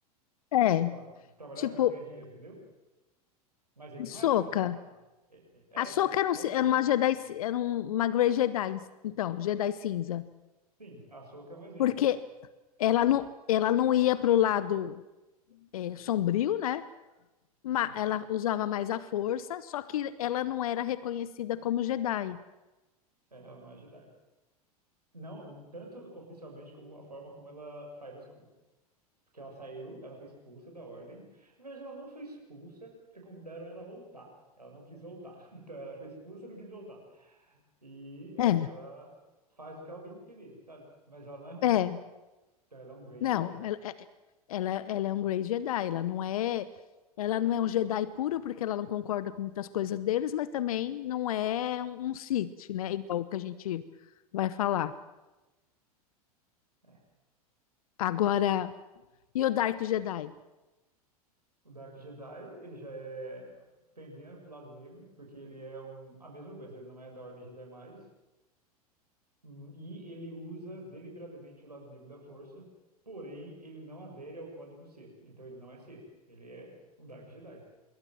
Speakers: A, on the left; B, on the right.
A: é.
B: Tipo, ah, trabalhar
A: Tipo,
B: só pra ganhar dinheiro, entendeu? Mas ele
A: Ahsoka.
B: não é uma pessoa má. É, é,
A: A Ahsoka
B: é,
A: era,
B: tipo
A: um, ci-
B: a Ahsoka.
A: era uma Jedi, ci- era um- uma Grey Jedi, então, Jedi Cinza.
B: Sim, a Ahsoka é um exemplo.
A: Porque ela não, ela não ia pro lado é, sombrio, né? Ma-
B: Aham.
A: ela usava mais a força, só que ela não era reconhecida como Jedi.
B: É, ela não é Jedi. Não, tanto oficialmente como a forma como ela faz as coisas. Porque ela saiu, ela foi expulsa da ordem. Na verdade, ela não foi expulsa, porque convidaram ela a voltar. Ela não quis voltar. <laughs> Então, ela foi expulsa e não quis voltar. E, é,
A: É.
B: ela faz o que ela bem entender, sabe? Mas ela não é ruim.
A: É,
B: Então, ela é um Grey
A: Não,
B: Jedi.
A: ela, é- é, ela, ela é um Grey Jedi, ela não é, ela não é um Jedi puro porque ela não concorda com muitas coisas deles, mas também não é um, um Sith, né? Igual que a gente vai falar.
B: É.
A: Agora, e o Dark Jedi?
B: O Dark Jedi, ele já é pendendo pro lado negro, porque ele é um... A mesma coisa, ele não é da Ordem Jedi mais. Hum, E ele usa deliberadamente o lado negro da força, porém, ele não adere ao código Sith. Então, ele não é Sith. Ele é um Dark Jedi.